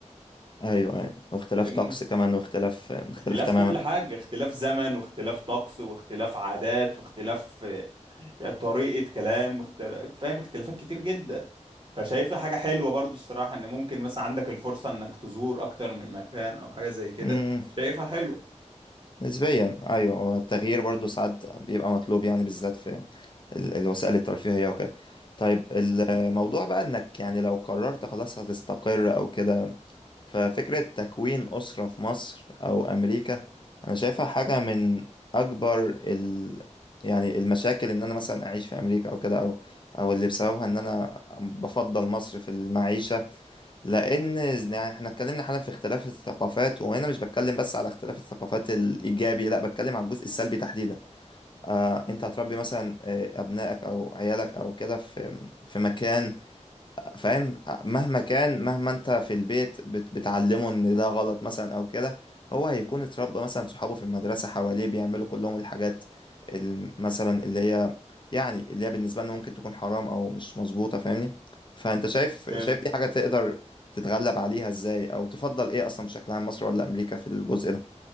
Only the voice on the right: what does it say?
فاهمني
اختلاف
كل حاجة اختلاف زمن واختلاف طقس واختلاف عادات واختلاف يعني طريقة كلام اختل... فاهم اختلافات كتير جدا فشايفها حاجة حلوة برضو الصراحة ان ممكن مثلا عندك الفرصة انك تزور اكتر من مكان او حاجة زي كده
شايفها حلوة
امم